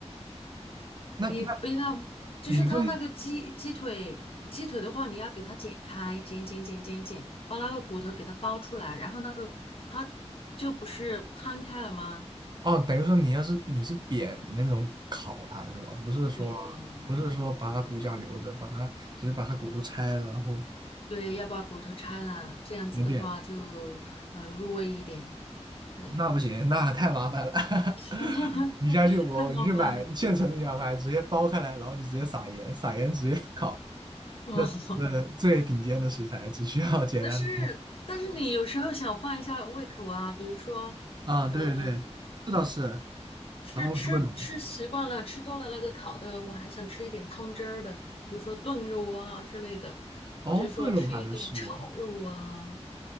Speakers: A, on the right; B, on the left.
A: 那那
B: 你不要，就是它那个鸡鸡腿，
A: 你会
B: 鸡腿的话，你要给它剪开，剪剪剪剪剪，把那个骨头给它剥出来，然后那个它就不是摊开了吗？
A: 哦，等于说你要是你是扁的那种烤它是吧？不是说
B: 对，
A: 不是说把它骨架留着，把它只是把它骨头拆了，然后
B: 对，要把骨头拆了，这样子的话就呃入味一点。
A: 扁扁的，
B: 对，
A: 那不行，那太麻烦了。<laughs>
B: <laughs>
A: 你相信我，
B: 太麻烦了。
A: 你去买现成的牛排，直接剥开来，然后就直接撒盐，撒盐直接烤。
B: 哦，
A: 那呃最顶尖的食材，
B: <laughs>
A: 只需要简单的
B: 但是但是你有时候想换一下胃口啊，比如说，
A: 啊，
B: 嗯、
A: 对对，这倒是。
B: 吃吃吃习惯了，
A: 然后就会有
B: 吃多了那个烤的，我还想吃一点汤汁儿的，比如说炖肉啊之类的，
A: 哦，
B: 或者说吃一点炒肉啊。
A: 炖肉我还没试过。